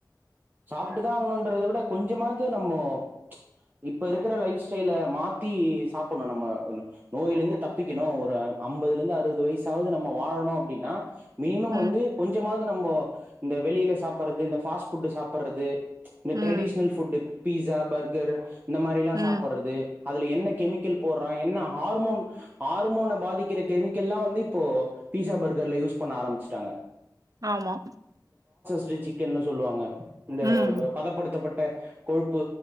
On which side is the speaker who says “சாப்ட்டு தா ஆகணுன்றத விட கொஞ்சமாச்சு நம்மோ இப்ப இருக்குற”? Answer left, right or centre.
Right